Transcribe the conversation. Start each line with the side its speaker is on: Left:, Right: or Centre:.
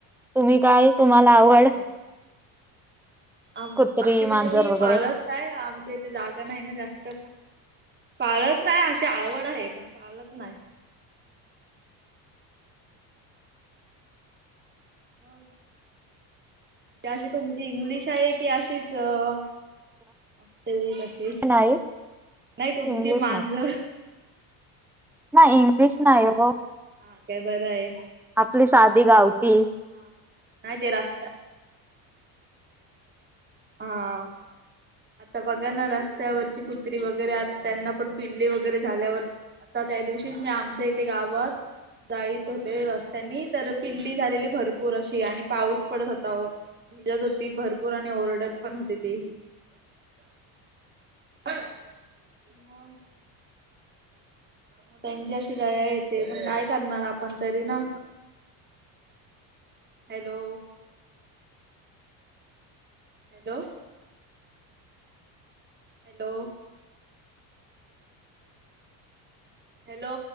Centre: तुम्ही काय? तुम्हाला
Right: हा
Centre: आवड?
Right: काय आम
Centre: कुत्री
Right: अशी म्हणजे
Centre: मांजर
Right: मी
Centre: वगैरे
Right: पाळलत नाय. आमच्या इथे जागा नाय ना जास्त पाळत नाय, अशी आवड आहे. पण पाळत नाय. मग अशी तुमची इंग्लिश आहे की, अशीच असते कशी?
Centre: नाही
Right: नाही तुमची
Centre: इंग्लिश
Right: मांजर
Centre: नाही नाही इंग्लिश
Right: अच्छा
Centre: नाही हो,
Right: हा काय बरं आहे
Centre: आपली साधी गावठी.
Right: हा, नाही ते रस्त्या हा. आता बघा ना, रस्त्यावरची कुत्री वगैरे. आता त्यांना पण पिल्ली वगैरे झाल्यावर आता त्या दिवशीच मी आमच्या इथे गावत जाईत होते रस्त्यानी, तर पिल्ली झालेली भरपूर अशी आणि पाऊस पडत होता हो. भिजत होती भरपूर आणि ओरडत पण होती ती. <unintelligible> मग त्यांची अशी दया येते, पण काय करणार आपण तरी ना. हॅलो. हॅलो. हॅलो. हॅलो.